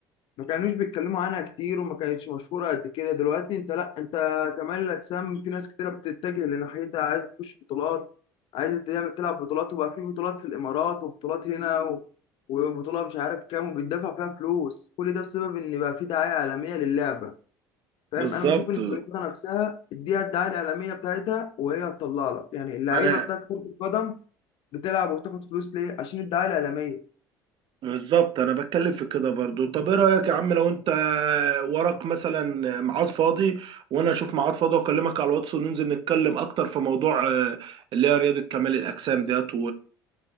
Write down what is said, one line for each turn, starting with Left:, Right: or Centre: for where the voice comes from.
Left: ما كانوش بيتكلموا عنها كتير وما كانتش مشهوره قد كده دلوقتي انت لا انت كمال الاجسام في ناس كتيره بتتجه لناحيتها عايز تخش بطولات عايز تعمل تلعب بطولات وبقى في بطولات في الامارات وبطولات هنا و... وبطوله مش عارف كام وبيدفع فيها فلوس كل ده بسبب ان بقى في دعايه عالميه للعبه فاهم
Right: بالظبط
Left: انا بشوف ان الرياضه نفسها اديها الدعايه الاعلاميه بتاعتها وهي هتطلع لك يعني اللعيبه
Right: انا
Left: بتاعت كره القدم بتلعب وبتاخد فلوس ليه عشان الدعايه الاعلاميه
Right: بالظبط انا بتكلم في كده برضو طب ايه رأيك يا عم لو انت وراك مثلا ميعاد فاضي وانا اشوف ميعاد فاضي واكلمك على الواتس وننزل نتكلم اكتر في موضوع آه، اللي هي رياضة كمال الأجسام ديت